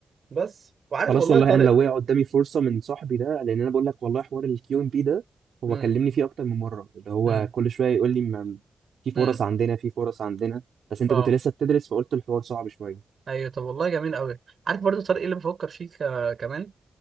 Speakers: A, on the right (about 60°); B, on the right (about 75°).
A: بس وعارف
B: خلاص
A: والله
B: والله
A: يا طارق
B: انا لو وقع قدامي فرصه من صاحبي ده لان انا بقول لك والله حوار الكيو ام بي ده هو
A: امم
B: كلمني فيه اكتر من مره اللي هو
A: امم
B: كل شويه يقول لي ما- في فرص
A: امم
B: عندنا في فرص عندنا بس انت
A: اه
B: كنت لسه بتدرس فقلت الحوار صعب شويه
A: ايوه طب والله جميل قوي عارف برضو طارق إيه اللي بفكر فيه ك- كمان